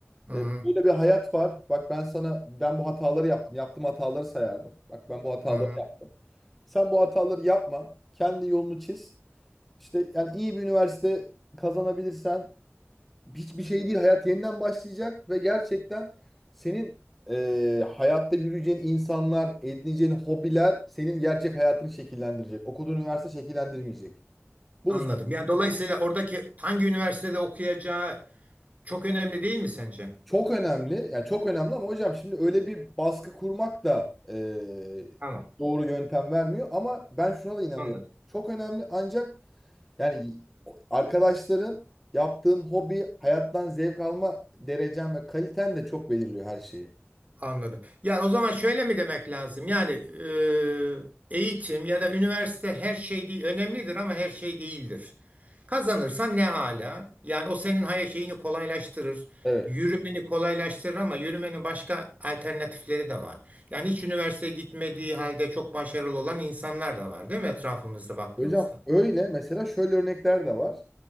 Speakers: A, on the right (about 35°); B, in the centre.
A: hı
B: E, böyle bir hayat var. Bak ben sana ben bu hataları yaptım. Yaptığım hataları sayardım. Bak ben bu hataları
A: hı.
B: yaptım. Sen bu hataları yapma. Kendi yolunu çiz. İşte yani iyi bir üniversite kazanabilirsen hiçbir şey değil. Hayat yeniden başlayacak ve gerçekten senin e, hayatta yürüyeceğin insanlar, edineceğin hobiler senin gerçek hayatını şekillendirecek. Okuduğun üniversite şekillendirmeyecek. Bu
A: Anladım. Yani dolayısıyla oradaki hangi üniversitede okuyacağı çok önemli değil mi sence?
B: çok önemli. Yani çok önemli ama hocam şimdi öyle bir baskı kurmak da e,
A: Tamam.
B: doğru yöntem vermiyor. Ama ben şuna da inanıyorum.
A: Anladım.
B: Çok önemli ancak yani arkadaşların yaptığın hobi, hayattan zevk alma derecen ve kaliten de çok belirliyor her şeyi.
A: Anladım. Yani o zaman şöyle mi demek lazım? Yani e, eğitim ya da üniversite her şey değil, önemlidir ama her şey değildir. Kazanırsan ne hala? Yani o senin hayat şeyini kolaylaştırır.
B: Evet.
A: Yürümeni kolaylaştırır ama yürümenin başka alternatifleri de var. Yani hiç üniversiteye gitmediği halde çok başarılı olan insanlar da var, değil mi etrafımızda baktığımızda?
B: Hocam öyle mesela şöyle örnekler de var.